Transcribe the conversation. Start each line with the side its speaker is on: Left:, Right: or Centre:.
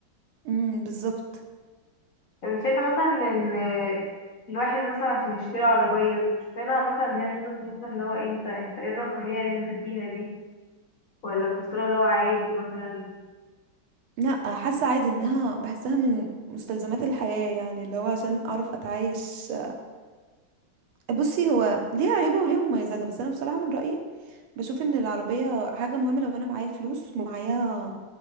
Right: امم بالظبط
Left: طب انت شايفة مثلا ان الواحد مثلا عشان يشتري عربية شايفة مثلا ان هي نظرة مثلا اللي هو إيه، انت انت ايه الرفاهية اللي انت فيها دي ولا بتصيرها اللي هو عادي مثلا
Right: لا حاسه عادي انها بحسها من مستلزمات الحياه يعني اللي هو عشان اعرف اتعايش بصي هو ليها عيوبها وليها مميزاتها بس انا بصراحه من رايي بشوف ان العربيه حاجه مهمه لو انا معايا فلوس معايا